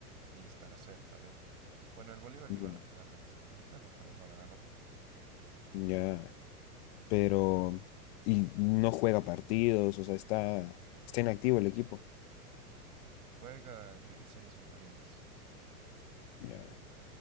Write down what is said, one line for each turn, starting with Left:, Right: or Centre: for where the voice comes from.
Right: ni estar cerca de. Bueno, el Bolívar llegó
Left: ya,
Right: a la final de la Sudamericana, pero no la ganó.
Left: ya. Pero, y no juega partidos, o sea, está, está inactivo el equipo.
Right: Juega en divisiones inferiores.
Left: Ya.